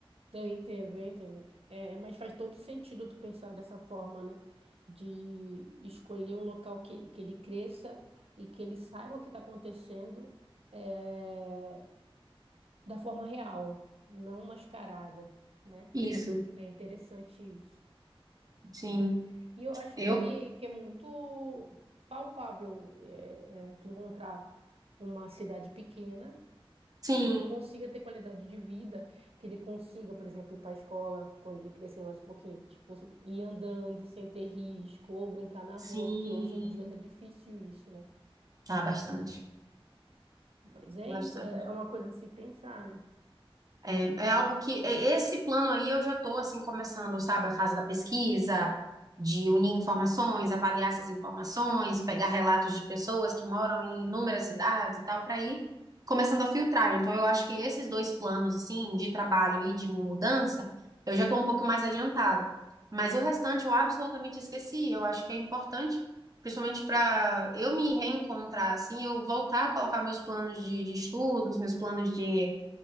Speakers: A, on the right; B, on the right.
A: Eu entendo, eu entendo. É, mas faz todo sentido tu pensar dessa forma, né? De escolher um local que, que ele cresça e que ele saiba o que está acontecendo é, da forma real, não mascarada, né?
B: Isso,
A: É interessante isso.
B: sim.
A: Uhum. E eu acho
B: Eu?
A: que, que, que é muito palpável é, é, tu encontrar uma cidade pequena
B: Sim,
A: que tu consiga ter qualidade de vida, que ele consiga, por exemplo, ir para a escola quando ele crescer mais um pouquinho, tipo, ir andando sem ter risco, ou brincar na
B: sim.
A: rua, porque hoje em dia tá difícil isso, né?
B: Tá, bastante.
A: Mas é
B: Bastante.
A: isso, é é uma coisa a se pensar, né?
B: É, é algo que é- esse plano aí eu já estou assim começando, sabe, a fase da pesquisa, de unir informações, avaliar essas informações, pegar relatos de pessoas que moram em inúmeras cidades e tal, para ir começando a filtrar. Então eu acho que esses dois planos assim de trabalho e de mudança, eu já estou um pouco mais adiantada. Mas o restante eu absolutamente esqueci. Eu acho que é importante, principalmente para eu me reencontrar assim, eu voltar a colocar meus planos de, de estudos, meus planos de